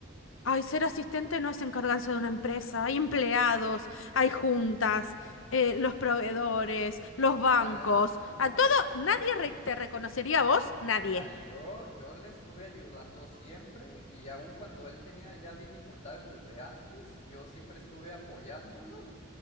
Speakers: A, on the left (about 70°); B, on the left (about 30°).
A: Ay, ser asistente no es encargarse de una empresa. Hay empleados, hay juntas, eh, los proveedores, los bancos.
B: Nah, eh, no,
A: A todo, nadie re- te reconocería a vos, nadie.
B: Nah, yo, yo le estuve ayudando siempre y aun cuando él tenía ya dificultades desde antes, yo siempre estuve apoyándolo.